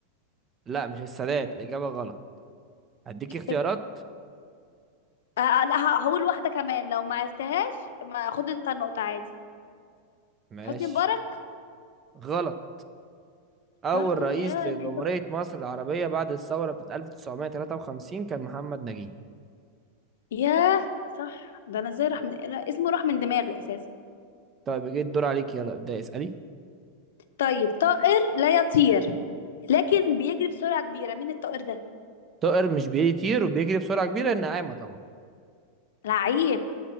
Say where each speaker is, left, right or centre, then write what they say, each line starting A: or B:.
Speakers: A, on the right (about 15°); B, on the left (about 75°).
A: لا مش السادات الإجابة غلط هديك
B: الشت-
A: اختيارات
B: آه، آه، لا ه- هقول واحده كمان لو ما عرفتهاش ما خد انت النقطه عادي
A: ماشي
B: حسني مبارك
A: غلط أول
B: برضو
A: رئيس
B: يا
A: لجمهورية
B: قلبي
A: مصر العربية بعد الثورة بتاعت 1953 كان محمد نجيب
B: ياه صح ده انا ازاي راح من لا، اسمه راح من دماغي اساسا
A: طيب جه الدور عليك يلا ابدأ اسألي
B: طيب طائر لا يطير لكن بيجري بسرعة كبيرة مين الطائر ده
A: طائر مش بيطير وبيجري بسرعة كبيرة النعامة طبعا
B: لعيب